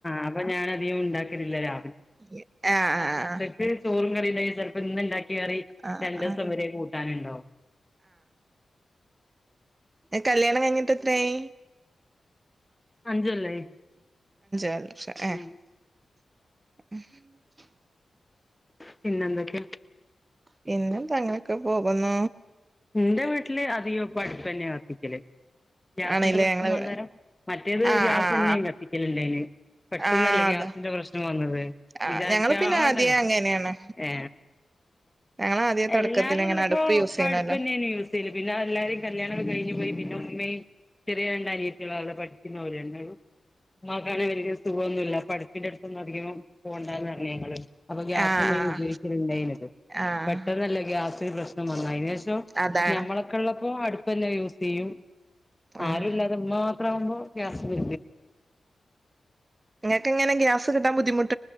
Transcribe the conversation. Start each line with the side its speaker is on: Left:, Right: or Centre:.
Left: അപ്പം ആഹ് ഞാന് <unintelligible> ഉണ്ടാക്കില്ലല്ല രാ
Right: ആഹ് ആഹ് ആഹ്.
Left: ഉച്ചക്ക് ചോറും കറിയെണ്ടിങ്കി ചെലപ്പം ഇന്ന് ഉണ്ടാക്കി റി
Right: ആഹ്
Left: രണ്ടേസം
Right: ആഹ്
Left: വെരെ കൂട്ടാനുണ്ടാവും.
Right: ഏ കല്യാണം കഴിഞ്ഞിട്ട് എത്രായി
Left: അഞ്ച്കൊല്ലായി
Right: വർഷം
Left: ഉം
Right: ഏഹ് <unintelligible>
Left: പിന്നെന്തൊക്കെ
Right: പിന്നെന്താ അങ്ങനെയൊക്കെ പോകുന്നു
Left: ഇന്റെ വീട്ടില് അധികം ഇപ്പ അട്പ്പന്നെയാ നിത്യല്ലെ ഗ്യാസിന്റെ
Right: ആണല്ലേ
Left: പ്രശ്നം
Right: ഞങ്ങള്
Left: വന്നേരം മറ്റേത്
Right: ആഹ്
Left: ഗ്യാസന്നേനി
Right: ആഹ്
Left: കത്തിക്കല് ഇണ്ടായിനിയെ പെട്ടന്നല്ലേ
Right: ആഹ് ആഹ്
Left: ഗ്യാസിന്റെ
Right: അതാ
Left: പ്രശ്നം വന്നത്
Right: ആഹ്
Left: വിചാരിക്ക്യാണ്ടല്ലേ
Right: ഞങ്ങള് പിന്നെ ആദ്യേ അങ്ങനെയാണ്
Left: ഏ
Right: ഞങ്ങള് ആദ്യേ തൊടക്കത്തില്
Left: എല്ലാരുള്ളപ്പൊ
Right: ഇങ്ങനെ അടുപ്പ് യൂസ് ചെയ്യണല്ലോ
Left: അട്പ്പന്നേനി യൂസെയ്യല് പിന്നാ എല്ലാരിം കല്യാണൊക്കെ കഴിഞ്ഞ്പോയി പിന്നെ ഉമ്മയും ചെറിയ രണ്ട് അനിയത്തിളാ ഉള്ളെ പഠിക്ക്ന്ന് ഓല് രണ്ടാളും ഉമ്മാക്കാണെ വല്ല്യാ സുഖൊന്നുല്ലാ അപ്പ അടിപ്പിന്റെ അടുത്തൊന്നും അധികവും പോവണ്ടാന്ന് പറഞ്ഞ് ഞങ്ങള് അപ്പം ഗ്യാസ്തന്നേനി
Right: ആഹ് ആഹ്
Left: ഉപയോഗിക്കല് ഇണ്ടായിന്നത്
Right: ആഹ്
Left: പെട്ടെന്നല്ലേ ഗ്യാസ് ഒര് പ്രശ്നവന്ന് അയ്നേശ് <unintelligible>
Right: അതാണ്
Left: ഞങ്ങളൊക്കള്ളപ്പോ അടുപ്പന്നെ യൂസ് തീയും ആരുല്ലാതെ
Right: ആഹ്
Left: ഉമ്മാ <unintelligible> ഗ്യാസ് <unintelligible>
Right: നിങ്ങക്കെങ്ങനാ ഗ്യസ് കിട്ടാൻ ബുദ്ധി മുട്ട്